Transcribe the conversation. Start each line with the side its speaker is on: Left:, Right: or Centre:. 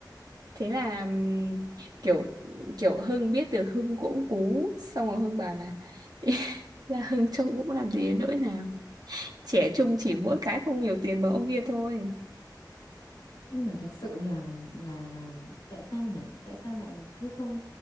Right: thế là ừm, kiểu kiểu Hưng biết được Hưng cũng cú xong rồi Hưng bảo là <laughs> là Hưng trông cũng làm gì đến nỗi nào trẻ trung chỉ mỗi cái không nhiều tiền mà ông kia thôi
Left: nhưng mà thật sự là là là tại sao nhỉ tại sao lại cứ không